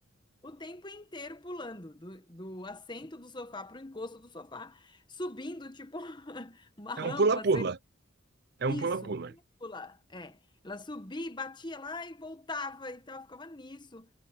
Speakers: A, on the left; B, on the right.
A: o tempo inteiro pulando, do, do assento do sofá para o encosto do sofá, subindo, tipo, <laughs> uma
B: É
A: rampa,
B: um pula-pula.
A: sei lá,
B: É
A: isso,
B: um pula-pula.
A: um cúpula. É, ela subia, e batia lá e voltava, então ela ficava nisso.